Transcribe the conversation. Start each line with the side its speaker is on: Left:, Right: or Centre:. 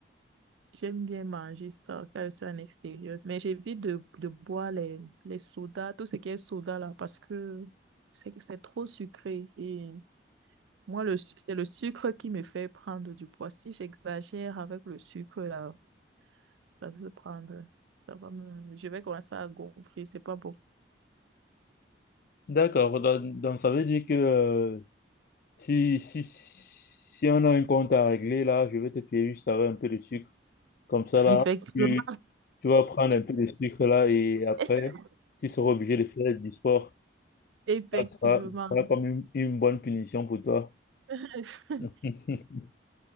Right: J'aime bien manger ça quand je suis en extérieur, mais j'évite de, de boire les, les sodas, tout ce qui est soda là, parce que c'est c'est trop sucré. Et moi, le, su- c'est le sucre qui me fait prendre du poids. Si j'exagère avec le sucre là, ça va se prendre, ça va me- je vais commencer à gonfler, c'est pas beau.
Left: D'accord. Donc, donc, ça veut dire que euh, si, si, si on a un compte à régler, là, je vais te payer juste avec un peu de sucre. Comme ça, là,
Right: Effectivement.
Left: tu, tu vas prendre un peu de sucre, là, et après,
Right: <laughs>
Left: tu seras obligé de faire du sport.
Right: Effectivement.
Left: Ça, ça sera comme une une bonne punition pour toi.
Right: <laughs>
Left: <laughs>